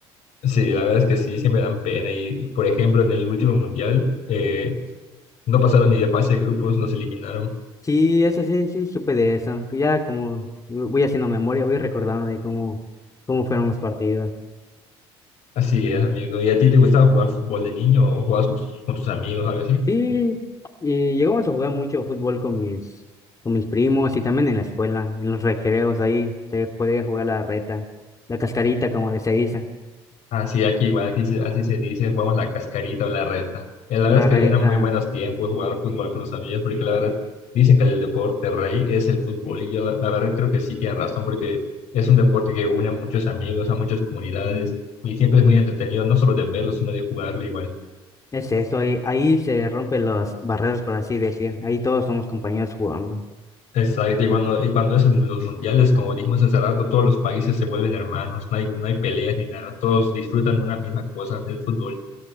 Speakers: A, on the left (about 65°); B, on the left (about 25°).
A: Sí, la verdad es que sí, siempre dan pena y por ejemplo en el último mundial eh, no pasaron ni de fase de grupos, los eliminaron.
B: Sí, eso sí, sí, supe de eso. Ya como voy haciendo memoria, voy recordando de cómo, cómo fueron los partidos.
A: Así es, amigo. ¿Y a ti te gustaba jugar fútbol de niño o jugabas con tus, con tus amigos o algo así?
B: Sí, y llegamos a jugar mucho fútbol con mis, con mis primos y también en la escuela, en los recreos ahí se podía jugar la reta, la cascarita como de se dice,
A: Así aquí, igual aquí se- así se dice, jugamos la cascarita o la reta. Y la
B: la
A: verdad es
B: reta,
A: que eran muy buenos tiempos jugar fútbol con los amigos, porque la verdad dicen que el deporte rey es el fútbol. Y yo la, la verdad creo que sí tienen razón, porque es un deporte que une a muchos amigos, a muchas comunidades, y siempre es muy entretenido, no solo de verlo, sino de jugarlo igual.
B: es eso, ahí, ahí se rompen las barreras por así decir, ahí todos somos compañeros jugando.
A: Exacto, y cuando, y cuando es en los mundiales, como dijimos hace rato, todos los países se vuelven hermanos, no hay, no hay peleas ni nada, todos disfrutan una misma cosa, el fútbol.